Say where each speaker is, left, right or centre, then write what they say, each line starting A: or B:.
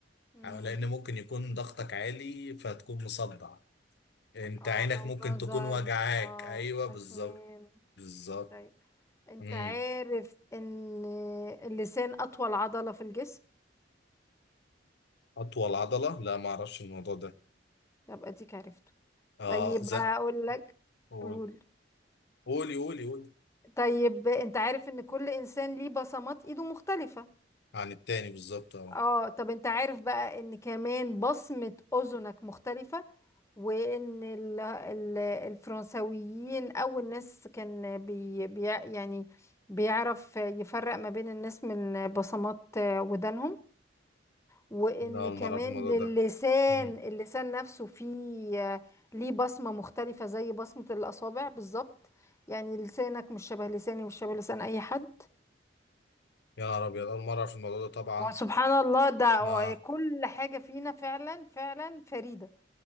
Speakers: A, on the left; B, on the left.
A: مم.
B: لان ممكن يكون ضغطك عالي فتكون مصدع انت
A: اه
B: عينك
A: او
B: ممكن
A: نظر
B: تكون وجعاك
A: اه
B: ايوه
A: اسنان
B: بالظبط بالظبط
A: طيب انت
B: امم
A: عارف ان اللسان اطول عضلة في الجسم
B: اطول عضله لا ما اعرفش الموضوع ده
A: يبقى ديك عرفته
B: اه
A: طيب
B: زق
A: هقول لك
B: قول
A: قول
B: قولي قولي قولي
A: طيب انت عارف ان كل انسان ليه بصمات ايده مختلفة
B: عن التاني بالظبط اه
A: اه طب انت عارف بقى ان كمان بصمة اذنك مختلفة وان ال... ال... الفرنساويين اول ناس كان بي... بي... يعني بيعرف يفرق ما بين الناس من بصمات ودانهم وان
B: لا اول
A: كمان
B: مره في الموضوع
A: للسان
B: ده امم
A: اللسان نفسه فيه آه، ليه بصمة مختلفة زي بصمة الأصابع بالظبط يعني لسانك مش شبه لساني مش شبه لسان أي حد
B: يا نهار ابيض اول مره في الموضوع ده طبعا
A: وسبحان الله ده
B: اه
A: آه، كل حاجة فينا فعلا فعلا فريدة